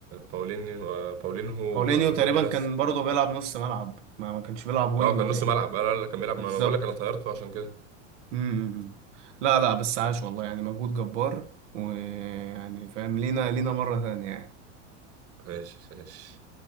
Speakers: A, on the right; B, on the right.
A: باولين باولينهو
B: باولينيو
A: ودوجلاس
B: تقريبا كان برضه بيلعب نص ملعب ما ما كانش بيلعب وينجر
A: اه كان نص
B: يعني
A: ملعب انا أنا كان بيلعب
B: بالظبط
A: ما انا بقول لك انا طيرته عشان كده
B: امم لا لا بس عاش والله يعني مجهود جبار ويعني فاهم لينا لينا مره ثانيه يعني
A: ماشي ماشي